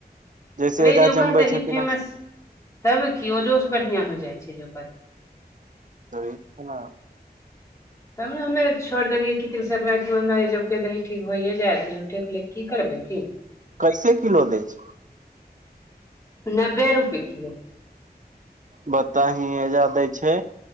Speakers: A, on the right; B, on the left.
A: जैसे
B: अरे
A: एजा
B: जौका
A: जमबै
B: दही
A: छथिन
B: फेमस तब की ओजो से बढ़िया हो जाइ छैय जौका दही।
A: दही पुआ।
B: तब ने हमे छोड़ि देलियै कि तिल सक्रान्ति मे हमरा एहि जबके दही ठीक होइए जायत झूठेके ले। कि करबैय की।
A: कैसे किलो दैय छैय।
B: नब्बे रुपए किलो।
A: बताही एहिजा दै छैय